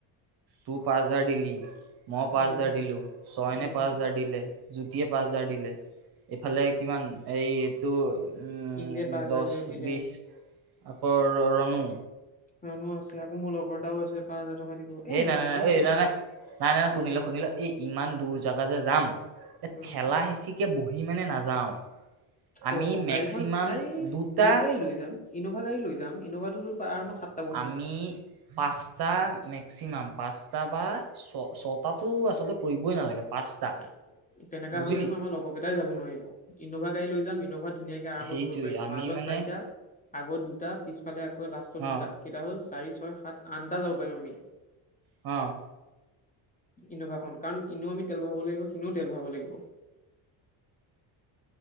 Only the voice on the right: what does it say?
তোৰ পাঁচ হেজাৰ দিলি মই পাঁচ
হাজাৰ দিলো ছয়নে
পাঁচ হাজাৰ দিলে জ্যোতিয়ে পাঁচ হাজাৰ দিলে এইফালে কিমান এই টো উ
দহ
বিশ আকৌ ৰনো
নাই নাই নাই ঐ
নাই
নাই নাই নাই নাই শুনিল
শুনিল এই ইমান দূৰ জেগা যে যাম এ
ঠেলা হেঁচিকে বহি মানে নাযাও আমি
মেক্সিমাম
দুটা
আমি পাঁচটা মেক্সিমাম পাঁচটা বা ছ ছটাটো আচলতে কৰিবই নালাগে পাঁচটা
বুজিলি
সেইটোৱে
আমি
মানে
অ
অ